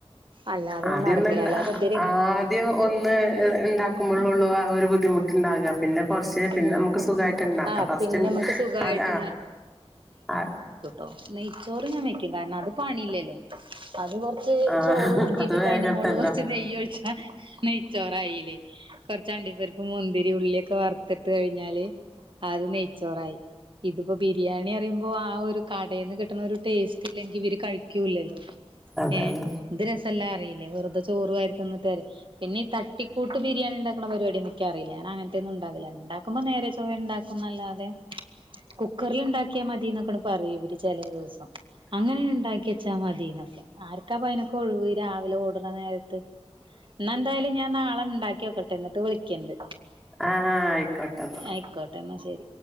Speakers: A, on the right; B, in the centre.
A: അല്ലാതെയൊന്നും
B: ആദ്യ
A: നടക്കില്ല
B: ഒന്ന് ഇണ്ട
A: അല്ലാതെ ഇബര്
B: ആദ്യം ഒന്ന് ഉണ്ടാക്കുമ്പോഴള്ളൂ ആ ഒരു ബുദ്ധിമുട്ട്ുണ്ടാകുകറ പിന്നെ കുറച്ച് പിന്നെ
A: ഉം
B: നമുക്ക് സുഖമായിട്ട് ഉണ്ടാക്കാം
A: ആഹ്
B: ഫസ്റ്റ്
A: പിന്നെ നമുക്ക് സുഖായിട്ട്
B: അത് ആ
A: ോ നെയ്ച്ചോറ് ഞാൻ വെക്കും കാരണം അത് പണിയില്ലല്ലോ അത് കൊറച്ച്
B: ആഹ്
A: ചോറ് ഊറ്റിട്ടിട്ട്
B: അത് വേഗണ്ടല്ലോ
A: അതിന്റെ മോള്ള് കൊറച്ച് നെയ്യ് ഒഴിച്ചാ നെയ്ചോറായില്ലേ കുറച്ചണ്ടി പരിപ്പ് മുന്തിരി ഉള്ളിയൊക്കെ വറുത്തിട്ട് കഴിഞ്ഞാല് അത് നെയ്ച്ചോറായി ഇതിപ്പോ ബിരിയാണി പറയുമ്പോ ആ ഒരു കടയിൽന്ന് കിട്ടുന്ന ഒരു ടേസ്റ്റ് ല്ലെങ്കിൽ ഇവര് കഴിക്കൂല്ലല്ലോ
B: അതാണ്
A: ഏഹ ഇത് രസമല്ലാ അറിയില്ലേ വെറുതെ ചോറു ആായി തന്നിട്ട് വരെ പിന്നെ തട്ടിക്കൂട്ട് ബിരിയാണി ഉണ്ടാക്ക പരിപാടി എന്നൊക്ക അറിയില്ല ഞാ അങ്ങനത്തന്നും ഉാകില്ലണ്ടാക്ക ആുമ്പോ നേരെ ചോ. റ് ഉണ്ടാക്കുന്നല്ലാതെ കുക്കറിൽ ഉണ്ടാക്കിയാൽ മതി എന്നൊക്കൊണ് പറയും ഇവര് ചില ദിവസം അങ്ങനെ ഉണ്ടാക്കി വെച്ചാൽ മതിന്നൊക്കെആർക്കാ പഴി നൊകെ ഒഴിവ് രാവിലെ ഓടുന്ന നേര ഇന്ന എന്തായാലും ഞാൻ നാളെ ഉണ്ടാക്കിോക്കട്ടെ എന്നിട്ട് വിളിക്കണ്ട്
B: ആഹ ആയിക്കോട്ടന്നാ
A: ആയിക്കോട്ടെ എന്നാ ശരി